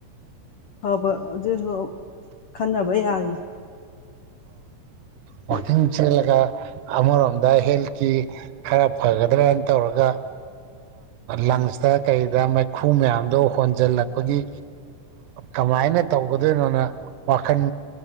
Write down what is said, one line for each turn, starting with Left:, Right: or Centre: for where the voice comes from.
Left: ꯐꯕ ꯑꯗꯨꯁꯨ ꯈꯟꯅꯕ ꯌꯥꯔꯤ <unintelligible> <inaudible>
Right: ꯋꯥꯋꯥꯛꯀꯤꯡ ꯆꯦꯜꯂꯒ ꯑꯃꯔꯣꯝꯗ ꯍꯦꯜꯠꯀꯤ ꯈꯔ ꯐꯒꯗ꯭ꯔꯅ ꯇꯧꯔꯒ ꯂꯪꯁꯇ ꯀꯩꯗ ꯃꯩꯈꯨ ꯃꯌꯥꯝꯗꯣ ꯍꯣꯟꯖꯜꯂꯛꯄꯒꯤ ꯀꯃꯥꯏꯅ ꯇꯧꯒꯗꯣꯏꯅꯣꯅꯈ ꯋꯥꯟ